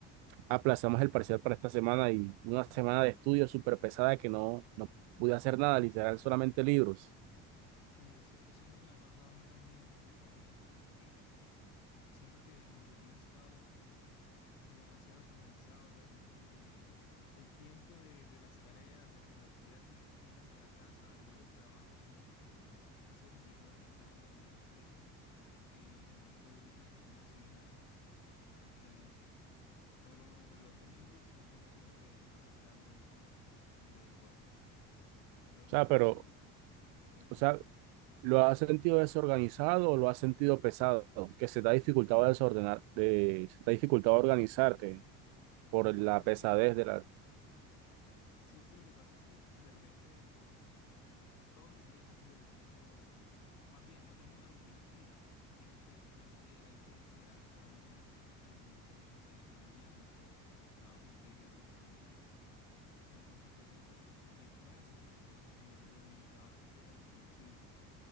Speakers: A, on the right; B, on the left.
A: aplazamos el parcial para esta semana y una semana de estudio súper pesada que no, no pude hacer nada, literal, solamente libros.
B: Sí, ese- eso es lo que me ha pasado a mí también últimamente, como que siento que mi rutina ha estado como demasiado desorganizada, o sea, como que me, el tiempo de, de las tareas de la universidad se me extiende hasta la casa, luego el trabajo además, ha sido complicado organizarme también este año, eh, no he podido ir ni al gimnasio ni nada prácticamente, solo los domingos sí intento siempre hacer algo de deporte, pero
A: O sea,
B: de resto
A: pero,
B: me queda complicado.
A: o sea, ¿lo has sentido desorganizado o lo has sentido pesado? Que se te ha dificultado desordenar, de, se te ha dificultado organizarte por
B: Mm,
A: la
B: Es
A: pesadez
B: que,
A: de la...
B: sí, es que lo que pasa es que de repente Todos los días de- tengo, más bien, no tengo una rutina fija, sino que de repente hay que hacer algo para mañana. Me, me entregan una tarea para mañana o en el trabajo me piden algo para mañana. Entonces, pues siempre tengo que cumplir con eso porque mi horario, mi trabajo es de horario flexible.